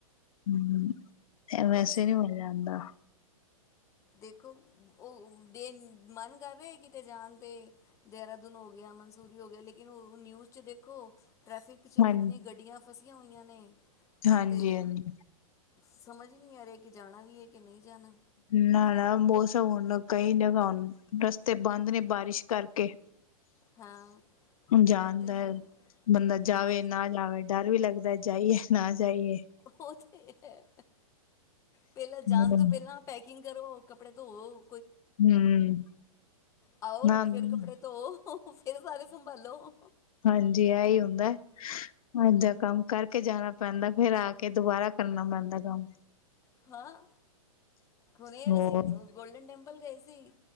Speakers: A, on the left; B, on the left.
A: ਹਮ ਵੈਸੇ
B: ਬਸ
A: ਨਹੀਂ ਮਜ਼ਾ ਆਉਂਦਾ
B: ਦੇਖੋ ਉਹ ਦੇ ਮਨ ਕਰ ਰਿਹਾ ਕਿਤੇ ਜਾਣ ਤੇ ਦੇਹਰਾਦੂਨ ਹੋ ਗਿਆ ਮਨਸੂਰੀ ਹੋ ਗਿਆ ਲੇਕਿਨ ਉਹ ਨਿਊਜ਼ ਚ ਦੇਖੋ ਟ੍ਰੈਫਿਕ ' ਇਨੀ
A: ਹਾਂ
B: ਗੱਡੀਆਂ ਫਸੀਆਂ ਹੋਈਆਂ ਨੇ
A: ਹਾਂਜੀ
B: ਤੇ
A: ਹਾਂਜੀ
B: ਸਮਝ ਨਹੀਂ ਆ ਰਿਹਾ ਕਿ ਜਾਣਾ ਵੀ ਇਹ ਕਿ ਨਹੀਂ ਜਾਣਾ
A: ਨਾ ਮੌਸਮ ਹੁਣ ਕਈ ਜਗ੍ਹਾ ਰਸਤੇ ਬੰਦ ਨੇ ਬਾਰਿਸ਼ ਕਰਕੇ
B: ਹਾਂ
A: ਜਾਣਦਾ
B: ਉਹ ਤੇ ਹੈ
A: ਬੰਦਾ ਜਾਵੇ
B: ਹਾਂਜੀ।
A: ਨਾ ਜਾਵੇ ਡਰ ਵੀ ਲੱਗਦਾ ਜਾਹੀਏ ਨਾ ਜਾਈਏ
B: ਹੋ ਹੇ ਪਹਿਲਾਂ ਜਾਣ
A: ਹੂੰ
B: ਤੋਂ ਪਹਿਲਾਂ ਪੈ ਕਿਗ ਕਰੋ ਕਪੜੇ ਧੋ
A: ਹਮ
B: ਆਓ
A: ਨਾ ਨਾ
B: ਫਿਰ ਕੱਪੜੇ ਧੋਵੋ ਫਿਰ ਸਾਰੇ ਸੰਭਾਲੋ।
A: ਹਾਂਜੀ ਆਹੀ ਹੁੰਦਾ ਇਦਾ ਕੰਮ ਕਰਕੇ ਜਾਣਾ ਪੈਂਦਾ ਫੇਰ ਆ ਕੇ ਦੁਬਾਰਾ ਕਰਨਾ ਪੈਂਦਾ ਕੰਮ
B: ਹਾਂ ਹੁਣੇ
A: ਹੋਰ
B: ਅਸੀਂ ਗੋਲਡਨ ਟੈਂਪਲ ਗਏ ਸੀ ੇਸੀ